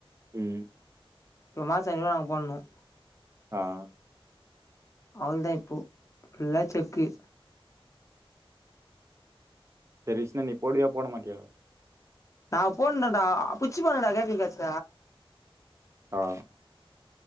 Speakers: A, on the right; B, on the left.
A: ம்
B: இப்ப மாசம் ஐநூறு ரூவா நாங்க போடணும்
A: ஆஹ்
B: அவளோ தான் இப்போ ஃபுல்லா செக்கு
A: சேரி விஷ்ணு நீ போடுவியா போடமாட்டியா <inaudible>
B: நான் போனும்டா பிச்சிப் பாணுங்கடா கேட்ரிங் காச
A: ஆஹ்